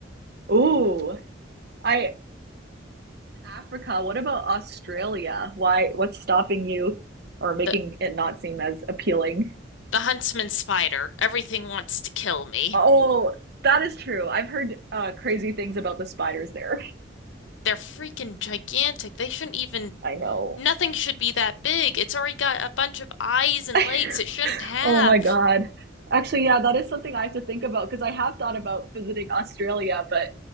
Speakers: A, on the right; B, on the left.
A: Ooh. I in Africa, what about Australia? Why what's stopping you or making
B: The
A: it not seem as appealing?
B: the huntsman spider. Everything wants to kill me.
A: Oh, that is true. I've heard uh, crazy things about the spiders there.
B: They're freaking gigantic. They shouldn't even
A: I know.
B: Nothing should be that big. It's already got a bunch of eyes and
A: <laughs>
B: legs it shouldn't have.
A: Oh my God. Actually, yeah, that is something I have to think about because I have thought about visiting Australia, but